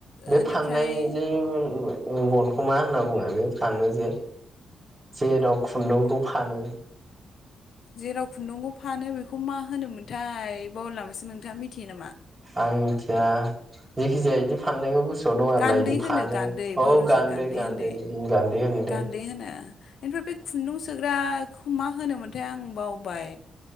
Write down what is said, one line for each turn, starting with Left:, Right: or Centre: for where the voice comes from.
Right: बे
Left: ओनिफ्राय
Right: फाननाय जे गनखौ मा होनना बुङो बे फानो जे जेराव खुन्दुंखौ फानो।
Left: जेराव खुन्दुंखौ फानो बेखौ मा होनोमोनथाय बावलायलांबायसो नोंथाङा मिथियो नामा?
Right: आं मिथिया जेखि जाया बिदि फाननायखौ गो सोआव दं आरोना
Left: गान्दै
Right: इदि फानो
Left: होनो गान्दै
Right: बेनि
Left: बावदोंसो
Right: औ गान्दै गान्दै
Left: होनदो
Right: गान्दै। होनो दे
Left: गान्दै होना ओनिफ्राय बे खुन्दुंसो। फ्राख मा होनोमोनथाय आं बावबाय।